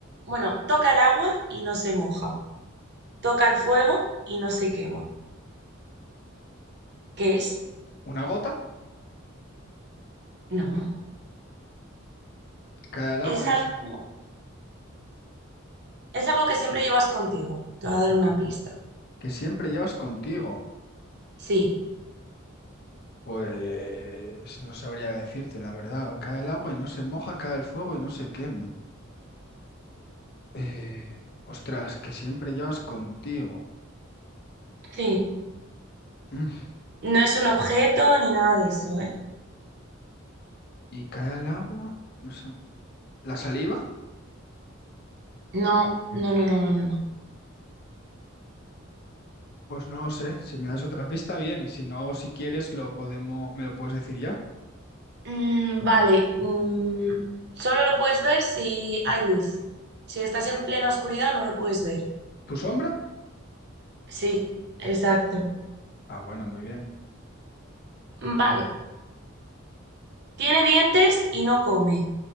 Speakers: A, on the right (about 55°); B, on the left (about 50°).
A: bueno, toca el agua y no se moja. Toca el fuego y no se quema. ¿Qué es?
B: Una gota,
A: No.
B: cae del agua
A: Es
B: y no
A: algo,
B: sé.
A: es algo que siempre llevas contigo. Te voy a dar una pista.
B: Que siempre llevas contigo.
A: Sí,
B: Pues no sabría decirte, la verdad. Cae el agua y no se moja, cae el fuego y no se quema. Eh, ostras, que siempre llevas contigo.
A: sí.
B: Mm,
A: No es un objeto ni nada de eso, ¿eh?
B: Y cae al agua, no sé. ¿La saliva?
A: No, no, no, no, no, no, no.
B: Pues no lo sé. Si me das otra pista, bien. Y si no, si quieres, lo podemos, me lo puedes decir ya.
A: Mm, vale. mm, solo lo puedes ver si hay luz. Si estás en plena oscuridad, no lo puedes ver.
B: ¿Tu sombra?
A: Sí, exacto.
B: Ah, bueno, muy bien.
A: Vale. Tiene dientes y no come.